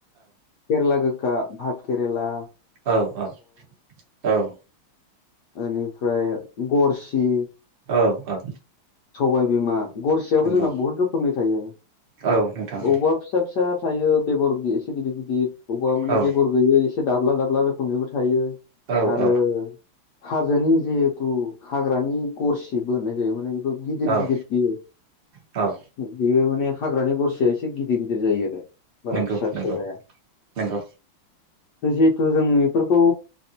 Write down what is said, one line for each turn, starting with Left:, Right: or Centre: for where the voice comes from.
Left: केरला गोखा भत केरला
Right: औ औ औ
Left: बेनिफ्राय गरसि
Right: औ औ
Left: सबायबिमा गरसेयाबो
Right: नंगौ
Left: जोंना बहुत रोखोमनि थायो
Right: औ नोंथां
Left: अबावबा फिसा फिसा थायो बेगर एसे गिदिर गिदिर अबेबा माने
Right: औ
Left: बेगर गैयै एसे एसे दाब्ला दाब्ला रोखोमनिबो थायो
Right: औ
Left: आरो
Right: औ
Left: हाजोनि जिहेथु हाग्रानि गरसिबो होननाय जायो माने बेखौ गिदिर
Right: औ
Left: गिदिर बियो
Right: औ
Left: बेयो । माने हाग्रानि गरसिया एसे गिदिर गिदिर जायो आरो बारा
Right: नंगौ
Left: फिसा फिसा
Right: नंगौ
Left: जाया
Right: नंगौ
Left: जि तु जों बेफोरखौ